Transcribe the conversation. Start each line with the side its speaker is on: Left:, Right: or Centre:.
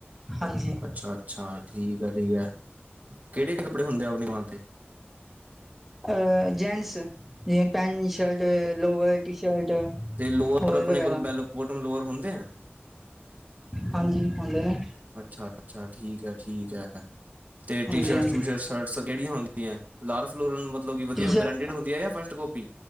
Centre: ਹਾਂਜੀ
Right: ਅੱਛਾ ਅੱਛਾ ਠੀਕ ਹੈ ਠੀਕ ਹੈ ਕਿਹੜੇ ਕਿਹੜੇ ਕੱਪੜੇ ਹੁੰਦੇ ਆ ਆਪਣੀ ਦੁਕਾਨ ਤੇ।
Centre: ਅ ਜੈਂਟਸ ਤੇ pant shirt lower T shirt.
Right: ਤੇ ਲੋਅਰ
Centre: ਹੋਰ
Right: ਆਪਣੇ
Centre: ਵਗੈਰਾ
Right: ਕੋਲ ਬੈਲ ਬੋਟਮ ਲੋਅਰ ਹੁੰਦੇ ਆ।
Centre: ਹਾਂਜੀ ਹੁੰਦੇ ਨੇ।
Right: ਅੱਛਾ ਅੱਛਾ ਠੀਕ ਹੈ ਠੀਕ ਹੈ ਤੇ
Centre: ਹਾਂਜੀ
Right: ਟੀ ਸ਼ਰਟ
Centre: ਹਾਂਜੀ
Right: ਟੂ ਸ਼ਰਟ। ਸ਼ਰਟਸ ਕਿਹੜੀਆਂ ਹੁੰਦੀਆਂ ਲਾਰ ਫਲੋਰਨ ਮਤਲਬ ਕਿ ਵਧੀਆ
Centre: ਟੀ ਸ਼ਰ
Right: ਬ੍ਰੈਂਡਡ ਹੁੰਦੀ ਹੈ ਜਾਂ ਫਸਟ ਕੋਪੀ।